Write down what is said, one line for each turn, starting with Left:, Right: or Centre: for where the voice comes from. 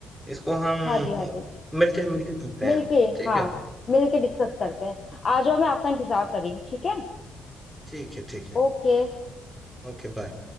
Centre: इसको हम
Left: हाँ जी हाँ
Centre: अ,
Left: जी
Centre: मिलके मिलके करते
Left: मिलके
Centre: हैं ठीक
Left: हाँ
Centre: है
Left: मिलके डिस्कस करते हैं आ जाओ मैं आपका इंतजार कर रही हूँ ठीक है
Centre: ठीक है ठीक है
Left: ओके
Centre: Okay bye